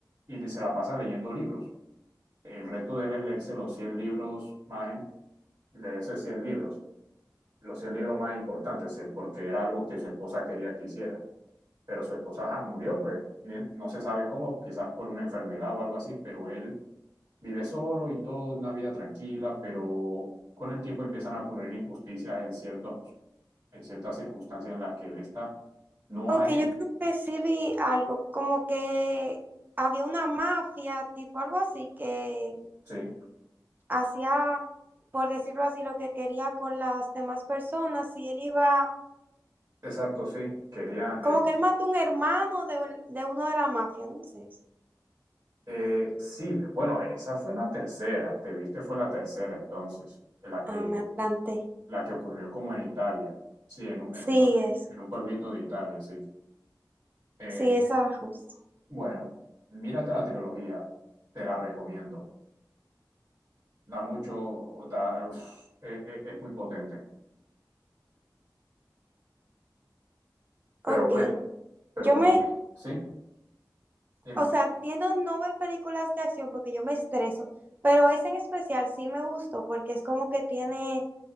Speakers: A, on the right; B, on the right.
A: y se la pasa leyendo libros. El reto de él es leerse los 100 libros más, leerse 100 libros, los 100 libros más importantes, eh, porque era algo que su esposa quería que hiciera. Pero su esposa ajá, murió, pues no se sabe cómo, quizás por una enfermedad o algo así, pero él vive solo y todo, una vida tranquila, pero con el tiempo empiezan a ocurrir injusticias en ciertos, en ciertas circunstancias en las que él está, no
B: Ok,
A: a él,
B: yo creo que sí vi algo, como que había una mafia, tipo algo así, que
A: Sí,
B: hacía, por decirlo así, lo que quería con las demás personas y él iba,
A: exacto, sí. Quería. eh,
B: como que él mató un hermano de, un- de uno de la mafia, no sé.
A: eh, sí, bueno, esa fue la tercera. Te viste, fue la tercera entonces, la que,
B: Ah, me adelanté.
A: la que ocurrió como en Italia. Sí, en un,
B: Sí,
A: en un, puebl-
B: eso.
A: en un pueblito de Italia, sí. Eh,
B: Sí, esa justo.
A: bueno, mírate la trilogía, te la recomiendo. Da mucho, da, uf, eh, eh, es muy potente.
B: Ok.
A: Pero bueno, pero
B: Yo
A: bueno,
B: me...
A: sí, dime.
B: o sea, tiendo a no ver películas de acción porque yo me estreso, pero esa en especial sí me gustó porque es como que tiene,